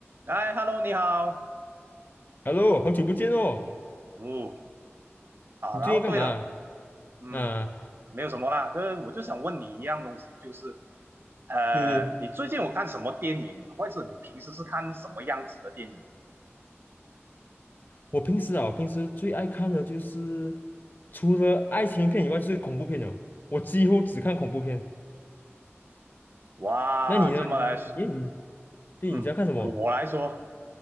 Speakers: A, on the right (about 55°); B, on the left (about 40°).
A: 哎，Hello，你好，
B: Hello，好久不见哦！
A: 哦，啊，
B: 你最近干嘛？
A: 然后对了，嗯，
B: 啊，
A: 没有什么啦，就是我就想问你一样东西，就是呃，
B: 对对，
A: 你最近有看什么电影，或者你平时是看什么样子的电影？
B: 我平时啊，我平时最爱看的就是除了爱情片以外，就是恐怖片了。我几乎只看恐怖片。
A: 哇，
B: 那你呢？
A: 这么来说，
B: 你你你，对，
A: 嗯，
B: 你在看什么？
A: 我来说，